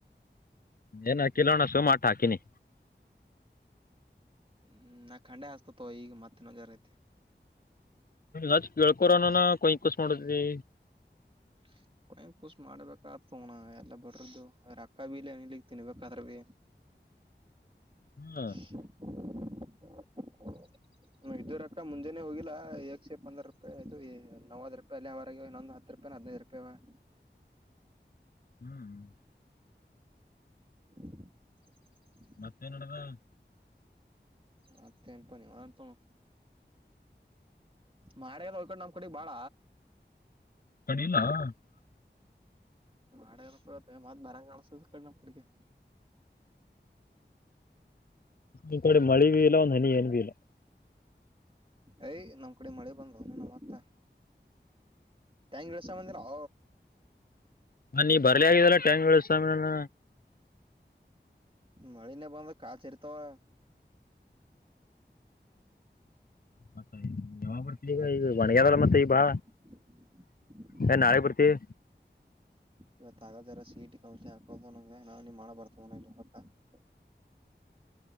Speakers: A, on the left; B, on the right.
A: ಏನ್ ಹಾಕಿನೋಡಸುಮ್ಮ ಆಟ್ ಹಾಕಿನಿ.
B: ಹ್ಮ್ ನಾ ಖಂಡೆ ಆಸ್ತತ ಈಗ ಮತ್ತೆ ನೋ ಜನ ಐತೆ <unintelligible>
A: ಅಚ್ ಕೇಳ್ಕೋರನಿನ ಕೊಯ ಕೋಸ್ ಮಾಡತಿದಿ.
B: ಹ <inaudible> ಕೊಯ ಕೂಸ ಮಾಡ್ಬೇಕ ತೋಣ ಎಲ್ಲ ಬಡ್ರದ್ದು ರೊಕ್ಕ ಬಿಇಲ್ ತಿನ್ಬೇಕಾದ್ರ ಸಿ.
A: ಹ್ಮ <inaudible>
B: <inaudible> ಇದ್ವ ರೊಕ್ಕ ಮುಂಜನೆ ಹೋಗಿಲ್ಲ ಏಕ್ಷೇ ಪಂದರ ರೂಪಾಯಿದು ನವದ ರೂಪಾಯಿ ಅಲ್ಲಿ ಹೊರಗೆ ಇನ್ನೊಂದು ಹತ್- ಹತ್ತು ರೂಪಾಯೇನಹದಿನೈದ ರೂಪಾಯಿ ಅದಾವ.
A: ಹ್ಮ್ <inaudible>
B: ಹ್ಮ್ <inaudible>
A: ಮತ್ತೇನ ನಡದಾ?
B: ಮತ್ತೆ ಪವಾರ ತ <unintelligible> ಮಾಡ ಇಲ್ಲೋ ಈ ಕಡೆ ನಮ್ ಕಡೆ ಬಾಳ.
A: ಕಣಿಲ್ಲ <unintelligible>
B: ಮಾಡ ಇಲ್ಲಪಾಇವತ್ ಮತ್ ಬರಂಗ ಕಾಣಸತ ಈ ಕಡೆ ನಮ್ಮ್ ಕಡಗೆ.
A: ಈ ಕಡೆ ಮಳಿ ಬಿ ಇಲ್ಲ ಒಂದ್ ಹನಿ ಏನ್ಬಿ ಇಲ್ಲ.
B: ಎಯ್ ನಮ್ ಕಡೆ ಮಳಿ ಬಂದಾದೊ ನಿನ ಮತ್ತಾ. ಟೆಂಗ ಇಳ್ಸೋಂಬದೇನೋ
A: ನೀ ಬರ್ಲಾ ಆಗಿದಲ್ಲ ಟ್ಯಾಂಗ ಇಳ್ಸೋಮೇನ
B: ಮಳಿನೆ ಬಂದಾದ ಕಾಲ್ಜರಿತಾವ.
A: ಮತ್ತ ಇವಾಗ <unintelligible> ಬರ್ತ ಈಗ ಈಗ ಒಣಗದಲ್ಲ ಮತ್ತೆ ಈಗ ಬಾ
B: ್ಮ <inaudible>
A: ಹೇ ನಾಳೆ ಬರ್ತಿವಿ.
B: ಇವತ್ ಆಗ ಜರ ಸೀಟಿ ಕಂಪ್ ಹಾಕೋದಂಗ ನಾವ್ ನೀ ಮಾಡ ಬರ್ತವ ಇ ಹಾಕ <unintelligible>